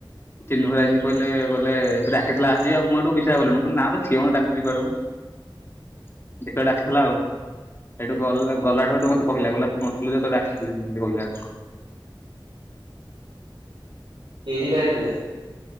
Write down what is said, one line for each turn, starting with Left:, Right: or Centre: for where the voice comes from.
Left: ଚିନୁ ଭାଇ ଯେମିତି କହିଲେ କହିଲେ ସେ ଡାକିଥିଲା ଆସେ ଯିବା ମୁଁ ସେଠୁ ବିଶ୍ୱାସ କଲିନି ମୁଁ କହିଲି ନା ମ ସିଏ ମତେ ଡାକୁଚି କୁଆଡୁ। <inaudible> ଡାକିଥିଲା ଆଉ ସେଇଠୁ ଗଲା ଗଲାଠୁ ସେଠୁ ମତେ କହିଲା କହିଲା ତୁ ନଥିଲୁ ଯେ ତତେ ଡାକିଥିଲି ଏମିତି କହିଲା
Right: କିଏ କିଏ ଯାଇଥିଲେ?